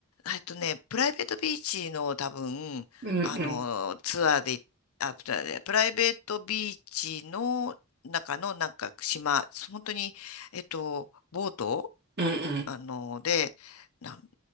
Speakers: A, on the left; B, on the right.
A: えっとね、プライベートビーチの多分、
B: うんうん、
A: あの、ツアーで、あ、ツアーでプライベートビーチの中のなんか島、本当に、えっと、ボート
B: うんうん、
A: あの、で、なん、